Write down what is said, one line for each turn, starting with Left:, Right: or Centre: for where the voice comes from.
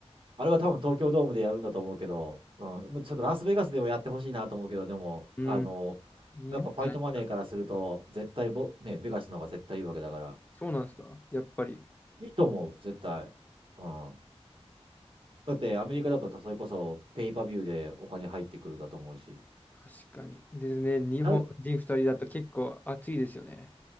Right: あれは多分東京ドームでやるんだと思うけど、うん、ちょっとラスベガスでもやってほしいなと思うけど、でも、
Left: うん。
Right: あの、
Left: 日本じゃないですか。
Right: やっぱファイトマネーからすると、絶対ボ、ね、ベガスの方が絶対いいわけだから、
Left: そうなんですか。やっぱり。
Right: いいと思う、絶対。うん。だってアメリカだとそれこそペイパビューでお金入ってくるだと思うし、
Left: 確かに。ですね、日本人2人だと結構熱いですよね。
Right: 誰、